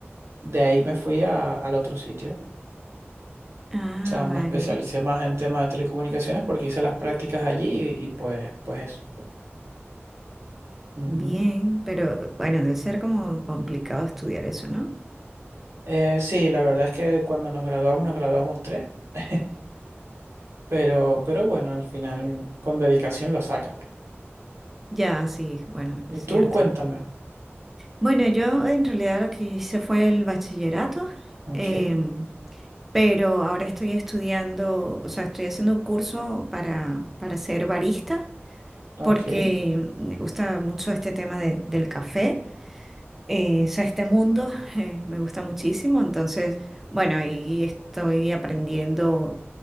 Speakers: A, on the right; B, in the centre.
A: de ahí me fui a- al otro sitio.
B: Ah,
A: O sea, me
B: vale.
A: especialicé más en temas de telecomunicaciones porque hice las prácticas allí y, y pues, pues eso. Ujú.
B: Bien, pero bueno, debe ser como complicado estudiar eso, ¿no?
A: Eh, sí, la verdad es que cuando nos graduamos, nos graduamos tres. <laughs> Pero, pero bueno, al final con dedicación lo sacas, pues.
B: Ya, sí, bueno, es
A: Y
B: cierto.
A: tú cuéntame.
B: Bueno, yo en realidad lo que hice fue el bachillerato,
A: Ok,
B: em, pero ahora estoy estudiando, o sea, estoy haciendo un curso para, para ser barista.
A: ok,
B: porque me gusta mucho este tema de- del café, eh, o sea, este mundo <laughs> eh, me gusta muchísimo, entonces, bueno, ahí estoy aprendiendo,